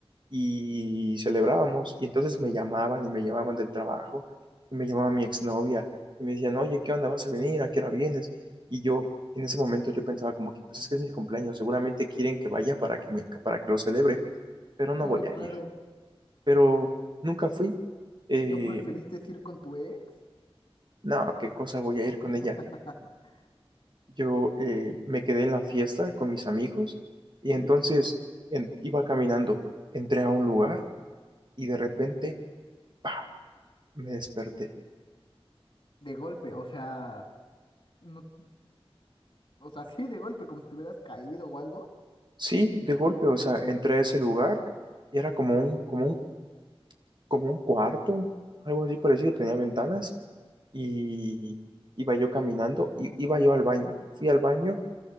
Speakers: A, on the right; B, on the left.
A: Y celebrábamos y entonces me llamaban y me llamaban del trabajo y me llamaba mi exnovia y me decían, oye, ¿qué onda? ¿Vas a venir? ¿A qué hora vienes? Y yo en ese momento yo pensaba como que pues es que es mi cumpleaños, seguramente quieren que vaya para que me, para que lo celebre, pero no
B: Claro,
A: voy a
B: claro.
A: ir pero nunca fui. Eh,
B: ¿No preferiste ir con tu ex?
A: no, qué cosa voy a ir con ella.
B: <laughs>
A: Yo eh, me quedé en la fiesta con mis amigos y
B: ¿Sí?
A: entonces en- iba caminando, entré a un lugar y de repente, ¡pa! me desperté.
B: De golpe, o sea, no, o sea, sí, de golpe, como si te hubieras caído o algo.
A: Sí, de golpe, o sea, entré a ese lugar y era como un, como un, como un cuarto, algo así parecido, tenía ventanas y iba yo caminando, y iba yo al baño, fui al baño